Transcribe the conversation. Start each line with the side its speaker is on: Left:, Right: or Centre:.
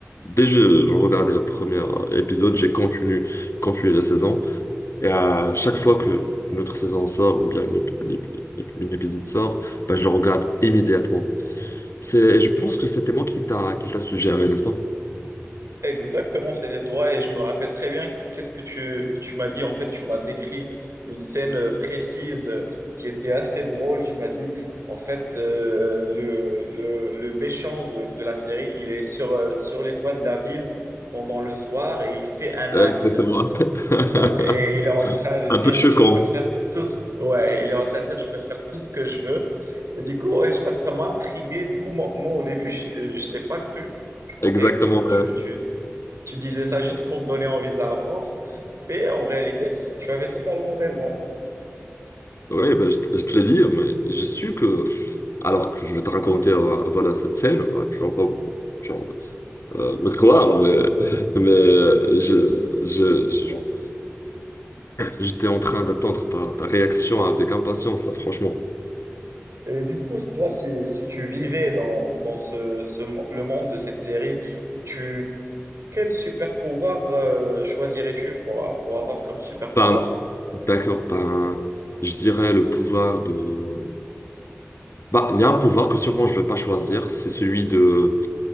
Left: Dès que j'ai regardé le premier épisode, j'ai continué, continué la saison. Et à chaque fois que une autre saison sort ou bien une, ép- l'ép- l'ép- une épisode sort, ben, je le regarde immédiatement. C'est, je pense que c'était moi qui t'a qui t'a suggéré, n'est-ce pas?
Right: Exactement, c'était toi et je me rappelle très bien qu'est-ce que tu, tu m'as dit. En fait, tu m'as décrit une scène euh, précise euh, qui était assez drôle. Tu m'as dit, en fait, euh, le, le, le méchant de, de la série, il est sur, euh, sur les toits de la ville pendant le soir et il fait un
Left: Exactement.
Right: acte
Left: <laughs>
Right: et, il est en train de
Left: Un
Right: dire,
Left: peu choquant.
Right: je peux faire tout ce... Ouais, il est en train de dire, je peux faire tout ce que je veux. Et du coup, ouais, je ça m'a intrigué. Du coup, moi, moi, au début, je, je pas cru. Je croyais
Left: Exactement.
Right: que tu, tu, tu disais ça juste pour me donner envie de la voir, mais en réalité, c- tu avais totalement raison.
Left: Oui, ben, je, te je te l'ai dit, mais j'ai su que, alors que je vais te raconter euh, voilà, cette scène, euh, tu vas pas genre, euh, me croire, mais, mais euh, je, je, je- genre, j'étais en train d'attendre ta, ta réaction avec impatience, là, franchement.
Right: Et du coup, toi, si, si tu vivais dans, dans ce, ce mo- le monde de cette série, tu, quel super pouvoir euh, choisirais-tu pour, pour avoir comme super pouvoir?
Left: Pas, d'accord, pas un- je dirais le pouvoir de... Bah, il y a un pouvoir que sûrement je ne vais pas choisir, c'est celui de...